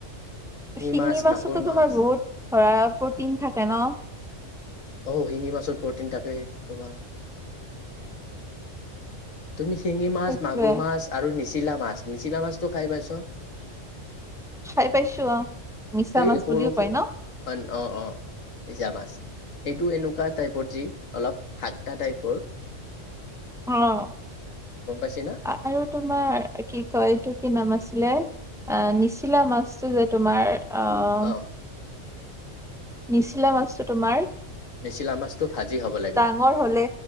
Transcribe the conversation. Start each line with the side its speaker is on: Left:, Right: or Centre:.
Centre: শিঙি
Left: মাছ
Centre: মাছতো
Left: মাগুৰ
Centre: তোমাৰ
Left: মাছ
Centre: বহুত ধৰা প্ৰ'টিন থাকে ন!
Left: অ', শিঙি মাছত প্ৰ'টিন থাকে তোমাৰ। তুমি শিঙি মাছ,
Centre: সেইটোৱে
Left: মাগুৰ মাছ আৰু নিচিলা মাছ, নিচিলা মাছটো খাই পাইছ?
Centre: খাই পাইছোঁ অ'। মিছা
Left: সেই
Centre: মাছ
Left: সৰু,
Centre: বুলিও
Left: সৰু
Centre: কয় ন
Left: অন অ', অ', নিজা মাছ। সেইটো এনেকুৱা টাইপৰ যি অলপ হাত্তা টাইপৰ।
Centre: অ',
Left: গম পাইছে না?
Centre: আৰু তোমাৰ কি কয় এইটো কি নাম আছিলে আ, নিচিলা মাছটো যে তোমাৰ আহ
Left: অ',
Centre: নিচিলা মাছটো তোমাৰ
Left: নিচিলা মাছটো ভাজি খাব লাগে
Centre: ডাঙৰ হ'লে